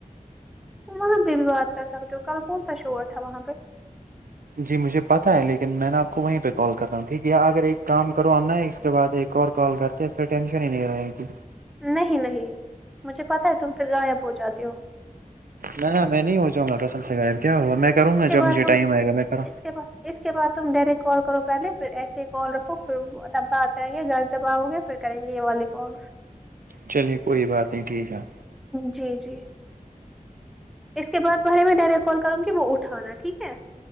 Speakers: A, in the centre; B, on the right.
A: تو وہاں پہ بھی بات کر سکتے ہو کل کون سا شور تھا وہاں پہ
B: جی مجھے پتا ہے لیکن میں نے آپ کو وہیں پہ کال کر رہا ہوں ٹھیک ہے اگر ایک کام کرو ہم نہ اس کے بعد ایک اور کال کرتے پھر ٹینشن ہی نہیں رہے گی
A: نہیں نہیں مجھے پتا ہے تم پھر غائب ہو جاتے ہو
B: نہ ن میں نہیں ہو جاں گاسم سے غب کیا ہوا میں کروں
A: اس
B: گا
A: کے
B: جب مجھے
A: بعد تم
B: ٹائم آئے گا میں کرا
A: اس کے بعد اس کے بع تم ڈائریکٹ کال کرو پہلے پھر ایسے ہی کال رکھو پھر تب بات کریں گے جاں جب آؤ گے پھر کریں گے یہ والے کالس
B: چلیے کوئی بات نہیں ٹھیک ہے
A: جی جی اس کے بعد پہے میں ڈائریکٹ کال کروں گی وہ اٹ اٹھانا ٹھیک ہے